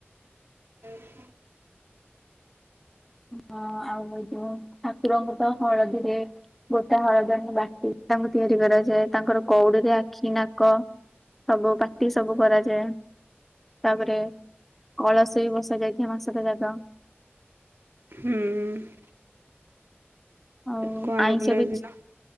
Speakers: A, on the right (about 60°); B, in the centre.
A: ଏଇ ରକୁମ୍
B: ହଁ, ଆଉ <unintelligible> ଠାକୁରଙ୍କୁ ତ ହଳଦୀରେ ଗୋଟା ହଳଦଆଣି ବାଟି ତାଙ୍କୁ ତିଆରି କରାଯାଏ। ତାଙ୍କର କଉଡିରେ ଆଖି, ନାକ ସବୁ ପାର୍ଟି ସବୁ କରାଯାଏ। ତା'ପରେ କଳସ ବି ବସା ଯାଇଥିବ, ମାସଟା ଜାକ।
A: ହୁଁ-ଉଁ।
B: ଆଉ
A: କୁଆଁର
B: ଆଇଁଷ
A: ପୁନେଇ
B: ବି
A: ଦିନ
B: ଚି